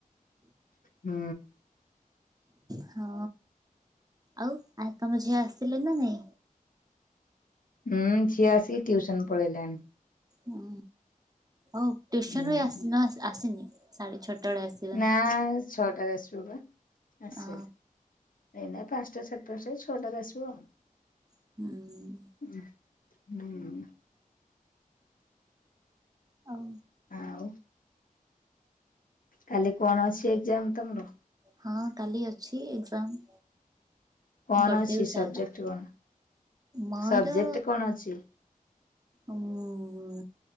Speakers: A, on the left; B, on the right.
A: ହୁଁ।
B: ହଁ ଆଉ ଆ ତମ ଝିଅ ଆସିଲେ ନା ନାଇଁ?
A: ଉଁ ଝିଅ ଆସିକି ଟିଉସନ୍ ପଳେଇଲାଣି।
B: ହୁଁ ହୋଉ ଟିଉସନରୁ
A: ହୁଁ
B: ଆସି ନ-ଆସି ଆସିନି ସାଢେ ଛଅଟାବେଳେ ଆସିି
A: ନା ଛଅଟାବେଳେ ଆସିବ ପା ଆସିନି।
B: ଅ
A: ଏଇନା ପାଞ୍ଚଟା ସାଢେ ପାଞ୍ଚଟା ଏଇ ଛଅଟାରେ ଆସିବ।
B: ହୁଁ।
A: ଉଁ ହୁଁ।
B: ଆଉ
A: ଆଉ। କାଲି କଣ ଅଛି ଏଗଜାମ ତମର?
B: ହଁ କାଲି ଅଛି ଏଗଜାମ୍।
A: କଣ
B: ଗୋଟେରୁ
A: ଅଛି
B: ଚାରଟା
A: ସବଜେକ୍ଟ କଣ?
B: ମୋର
A: ସବଜେକ୍ଟ କଣ ଅଛି?
B: ଉଁ